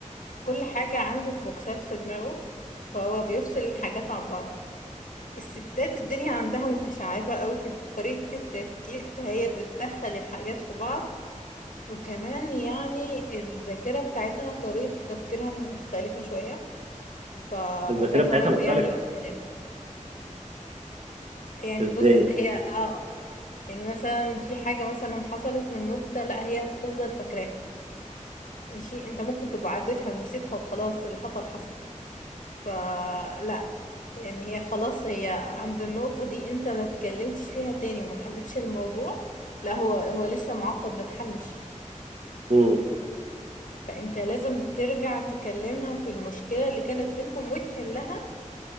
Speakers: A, on the left (about 85°); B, on the right (about 60°).
A: كل حاجة عنده في بوكسات في دماغه فهو بيفصل الحاجات عن بعض الستات الدنيا عندها متشعبة قوي في في طريقة التفكير فهي بتدخل الحاجات في بعض وكمان يعني الذاكرة بتاعتها طريقة تفكيرها مختلفة شوية فده
B: <laughs> الذاكره
A: كمان
B: بتاعتها مختلفه
A: بيعمل اختلاف يعني
B: ازاي
A: بص هي يعني مثلا في حاجة مثلا حصلت من مدة لا هي هتفضل فاكراها ماشي انت ممكن تبقى عديتها ونسيتها وخلاص اللي حصل حصل فلا يعني هي خلاص هي عند النقطة دي انت ما اتكلمتش فيها تاني وما حلتش الموضوع لا هو هو لسه معقد ما اتحلش
B: امم
A: فانت لازم ترجع تكلمها في المشكلة اللي كانت بينكم وتحلها